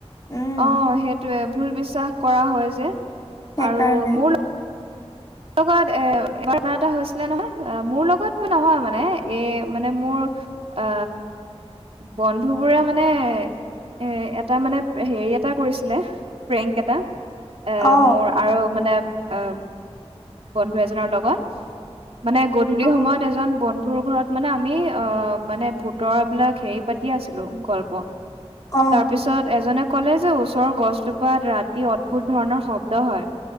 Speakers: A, on the left (about 35°); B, on the right (about 60°).
A: উম
B: অ সেইটোৱে ভুল বিশ্বাস কৰা হয় যে
A: সেইকাৰণে
B: আৰু মোৰ লগত এ এবাৰ এটা হৈছিলে নহয় মোৰ লগত ব নহয় মানে এ মানে মোৰ অ বন্ধু বোৰে মানে এ এটা মানে হেৰি এটা কৰিছিলে প্ৰেংক এটা এ
A: অ
B: মোৰ আৰু মানে এ বন্ধু এজনৰ লগত মানে গধূলি
A: অ
B: সময়ত এজন বন্ধুৰ ঘৰত মানে আমি অ মানে ভূত বিলাক হেৰি পাতি আছিলো গল্প
A: অ
B: তাৰ পিছত এজনে ক'লে যে ওচৰৰ গছজোপাত ৰাতি অদ্ভুত ধৰণৰ শব্দ হয়